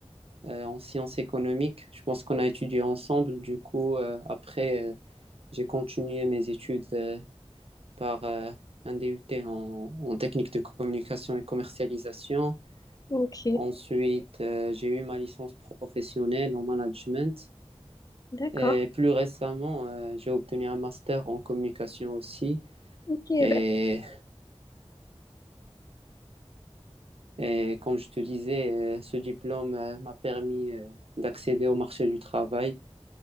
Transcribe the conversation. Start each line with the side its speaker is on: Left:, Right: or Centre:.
Right: euh, en sciences économiques. Je pense qu'on a étudié ensemble. Du coup, euh, après, euh, j'ai continué mes études euh, par euh, un DUT en, en technique de communication et commercialisation.
Left: ok,
Right: Ensuite, euh, j'ai eu ma licence professionnelle en management.
Left: d'accord.
Right: Et plus récemment, euh, j'ai obtenu un master en communication aussi.
Left: Ok,
Right: Et,
Left: ben,
Right: et comme je te disais, euh, ce diplôme euh, m'a permis euh, d'accéder au marché du travail.